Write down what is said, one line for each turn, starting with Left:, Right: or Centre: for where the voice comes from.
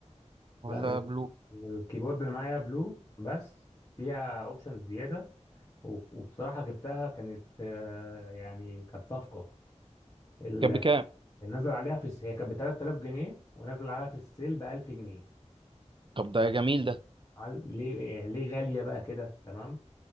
Right: ولا
Left: لا انا ال-
Right: بلو
Left: الكيبورد اللي معايا بلو بس فيها اوبشنز زياده و- وبصراحه جبتها كانت آه، يعني كانت صفقه ال-
Right: كان بكام؟
Left: نزل عليها في الس- هي كانت ب 3000 جنيه ونزل عليها في السيل ب 1000 جنيه
Right: طب ده جميل ده
Left: عل- ليه يعني ليه غالية بقى كده تمام